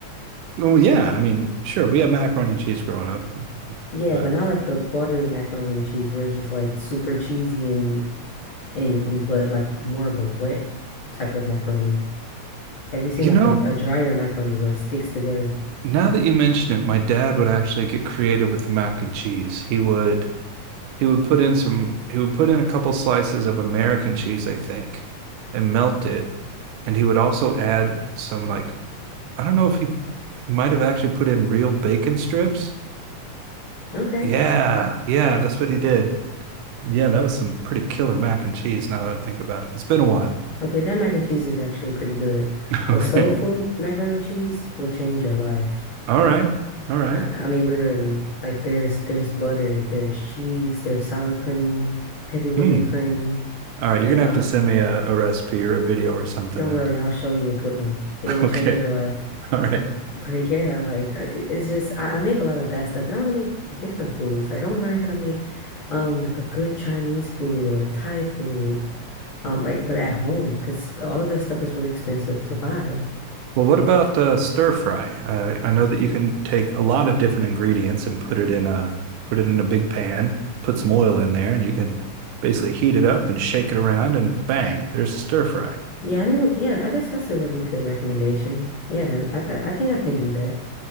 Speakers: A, on the right (about 80°); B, on the left (about 50°).
A: Well, yeah, I mean, sure, we had macaroni and cheese growing up,
B: Yeah,
A: but
B: but not like the watery macaroni and cheese where it's just like super cheesy and and and but like more of a wet type of macaroni. Have you seen
A: you
B: like
A: know,
B: a, a drier macaroni where it sticks together?
A: now that you mention it, my dad would actually get creative with the mac and cheese. He would he would put in some he would put in a couple slices of American cheese, I think, and melt it. And he would also add some like I don't know if he he might have actually put in real bacon strips.
B: Okay.
A: Yeah, yeah, that's what he did. Yeah, that was some pretty killer mac and cheese now that I think about it. It's been a while.
B: Okay, that mac and cheese is actually pretty good.
A: <laughs>
B: But
A: Okay.
B: soul food macaroni and cheese will change your life.
A: All right. All right.
B: I, I mean literally. Like there's there's butter, there's cheese, there's sour cream, heavy whipping
A: Mm.
B: cream,
A: All right.
B: and
A: You're gonna
B: um
A: have to send me a, a recipe or a video or something
B: don't
A: then.
B: worry, I'll show you a good one. It'll
A: <laughs>
B: change
A: Okay.
B: your life. <laughs>
A: All right.
B: But yeah, like uh, it- it's just I, I make a lot of that stuff and I want to make different foods. Like I want to learn how to make um like a good Chinese food or Thai food. Um like but at home because all of that stuff is really expensive to buy.
A: Well, what about uh, stir fry? I, I know that you can take a lot of different ingredients and put it in a put it in a big pan, put some oil in there, and you can basically heat it up and shake it around, and bang, there's a stir fry.
B: Yeah, I need to, yeah, I guess that's a really good recommendation. Yeah, I ca- I think I can do that.